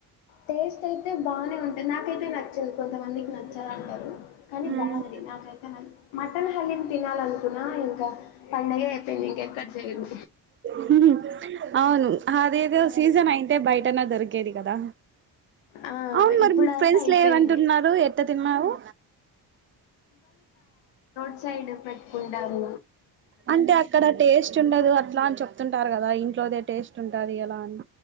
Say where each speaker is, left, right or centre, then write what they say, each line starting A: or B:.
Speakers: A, on the left; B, on the right.
A: టేస్ట్ టేస్ట్ అయితే బాగానే ఉంటాంది నాకైతే నచ్చేది కొంతమందికి నచ్చదంటారు కానీ
B: మ్మ్.
A: బాగుంది నాకైతన మటన్ హలీం తినాలనుకున్నా ఇంకా పండగ అయిపోయింది ఇంక ఎక్కడ చేయరు
B: హ్మ్ అవును అదేదో సీజన్ అయింటే బయటనా దొరికేది కేది కదా
A: ఆ
B: అవును మరి
A: ఇప్పుడంతా
B: ఫ్రెండ్స్
A: అయిపోయింది
B: లేరు అంటూన్నారు ఎట్ల తిన్నావు
A: డ్ సైడ్ పెట్టుకుంటారు
B: అంటే అక్కడ టేస్ట్ ఉండదు అట్లా అని చెప్తుంటారు కదా ఇ ఇట్లోదే టేస్ట్ ఉంటది ఎలా అని